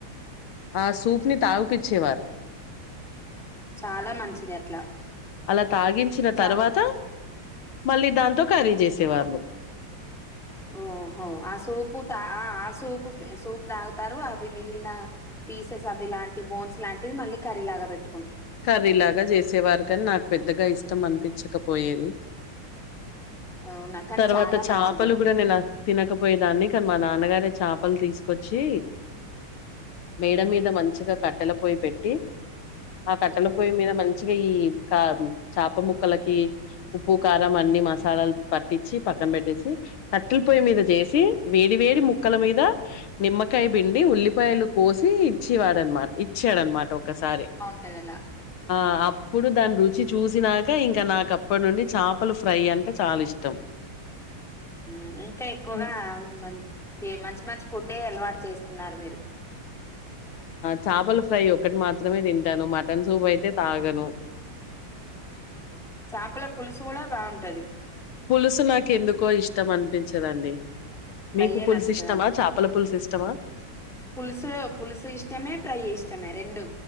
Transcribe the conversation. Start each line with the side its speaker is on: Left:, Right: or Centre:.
Left: ఆ సూప్ ని తాగుపిచ్చేవారు
Centre: చాలా మంచిది అట్లా
Left: అలా తాగించిన
Centre: చ
Left: తర్వాత మళ్ళీ దాంతో కర్రీ చేసేవాళ్ళు
Centre: ఓహో ఆ సూపు త ఆ ఆ సూపు సూప్ తాగుతారు అవి మీ లిన పీసెస్ అవి ఇలాంటి బోన్స్ లాంటివి మళ్ళీ కర్రీ లాగా పెట్
Left: కర్రీలాగా చేసేవారు కాని నాకు పెద్దగా ఇష్టం అనిపిచ్చకపోయేది
Centre: అవునా కానీ
Left: తర్వాత
Centre: చాలా
Left: చాపలు
Centre: మంచిది
Left: కూడా నేను తినకపోయేదాన్ని కానీ మా నాన్నగారే చాపలు తీసుకొచ్చి మేడ మీద మంచిగా కట్టెల పోయి పెట్టి ఆ కట్టల
Centre: ఉమ్
Left: పొయ్యి మీద మంచిగా ఈ కా చాప ముక్కలకి ఉప్పు కారం అన్ని మసాలాలు పట్టిచ్చి పక్కన పెట్టేసి కట్టెల పొయ్యి మీద చేసి వేడి వేడి ముక్కల మీద నిమ్మకాయ పిండి ఉల్లిపాయలు కోసి ఇచ్చివాడనమాట ఇచ్చాడనమాట ఒకసారి
Centre: ట్టగల
Left: ఆ అప్పుడు దాని రుచి చూసినాకె ఇంకా నాకు అప్పటి నుండి చేపలు ఫ్రై అంటే చాలా ఇష్టం
Centre: హ్మ్ ఇంకా ఎక్కువగా
Left: హ్మ్.
Centre: మన్ ఈ మంచి మంచి ఫుడ్డే అలవాటు చేసుకున్నారు మీరు
Left: చాపల ఫ్రై ఒకటి మాత్రమే తింటాను మటన్ సూప్ అయితే తాగను
Centre: చాపల పులుసు కూడా బాగుంటది
Left: పులుసు నాకు ఎందుకో ఇష్టం అనిపించదండి
Centre: ఫ్రై
Left: మీకు పులుసు
Centre: నచ్చుతదా
Left: ఇష్టమా చాపల పులుసు ఇష్టమా
Centre: పులుసు పులుసు ఇష్టమే ఫ్రై ఇష్టమే రెండు